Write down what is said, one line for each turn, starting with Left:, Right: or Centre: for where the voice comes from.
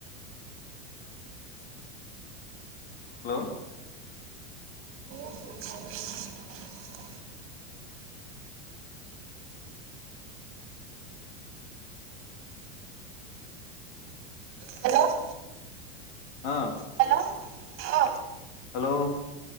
Left: হেল্ল'
Right: <inaudible> হেল্ল'
Left: অ
Right: হেল্ল' অ
Left: হেল্ল'